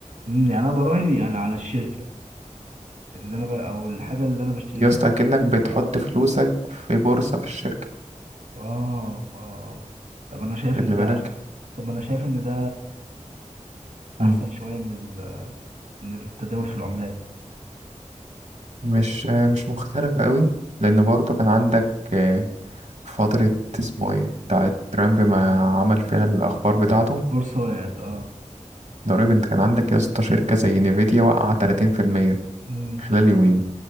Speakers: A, on the right (about 75°); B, on the right (about 65°).
A: امم يعني انا براهن يعني على الشركة اللي انا ب... او الحاجة اللي انا بشتري
B: يا
A: منها
B: اسطى أكنك بتحط فلوسك في بورصة في الشركة
A: اه اه آه. طب انا شايف
B: خلي
A: ان ده
B: بالك
A: طب ما انا شايف ان ده
B: مم.
A: احسن شوية من ال... من التداول في العملات
B: مش آه، مش مختلف قوي لأن برضه كان عندك آه، فترة اسمه ايه بتاعت ترامب ما عمل فيها الأخبار بتاعته
A: البورصة وقعت اه
B: ضريب انت كان عندك يا اسطى شركة زي نيفيديا وقع 30%
A: امم
B: خلال يومين